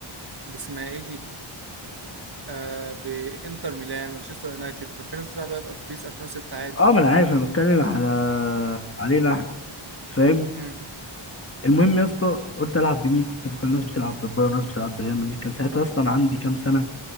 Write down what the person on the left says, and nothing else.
اه ما انا عارف انا بتكلم على علينا احنا فاهم
المهم يا اسطى قلت العب بمين كنت بقى الناس بتلعب بالبايرن الناس بتلعب بريال مدريد كان ساعتها اصلا عندي كام سنة